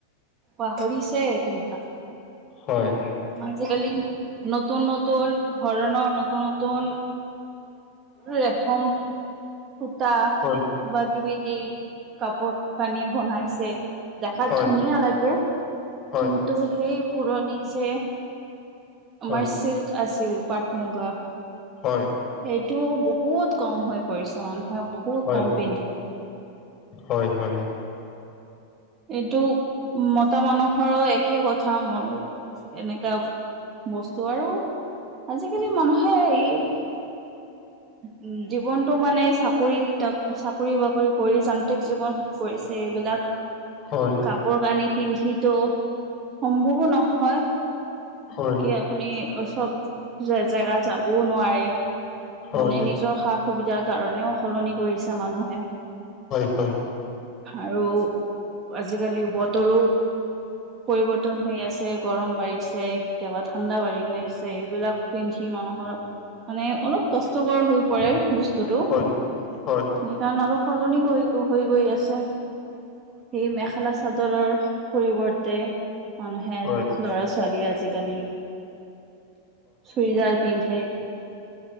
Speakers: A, on the right; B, on the left.
A: পাহৰিছে পিন্ধা।
B: হয়।
A: আজ কালি নতন নতন ধৰণৰ নতুন নতুন উ এখম সূতা
B: হয় হয়
A: কিবাকিবি দি কাপোৰ কানি বনাইছে। দেখাত
B: হয়
A: ধুনীয়া লাগে
B: হয়
A: কিন্তু সেই পুৰণি যে
B: হয়
A: আমাৰ চিল্ক আছিল পাট মুগা
B: হয়
A: এইেইটো ব বহুত কম হৈ পৰিছে মানুহে বহুত
B: হয়
A: কম পিন্ধে।
B: হয় হয়
A: এইটো মতা মানুহৰো একে কথা মন এনেকা বস্তু আৰু আজিকালি মানুহে এই উ জীৱনতটো মানে চাকৰি চাকৰি ধন বাকৰি কৰি যান্ত্ৰিক জীৱন হৈ পৰিছে, বিলাক
B: হয় হয়
A: কাপোৰ কানি পিন্ধটোো সম্ভৱো নহ। য়
B: হয়
A: কি আপুনি চব জেগা যাবও নোৱাৰে। মানে
B: হয়
A: নিজৰ সা সুবিধাৰ কাৰণেও সলনি কৰিছে মানুহে।
B: হয় হয় হয়
A: আৰু আজিকালি বতৰো পৰিবৰ্তন হৈ আছে গৰম বাঢ়িছে কেতিয়াবা ঠাণ্ডা বাঢ়ি গৈ আছে সেইবিলাক পিন্ধি। মানুহৰ মানে অলপ কষ্টকৰ হৈ পৰে বস্তুটো সেইকাৰণে
B: হয় হয় হয়
A: অলপ সলনি কৰি হৈ গৈ আছে সেই মেখেলা চাদৰৰ পৰিৱৰ্তন মানুহে
B: হয়
A: ল'ৰা
B: হয়
A: ছোৱালী আজিকালি চুৰিদাৰ পিন্ধে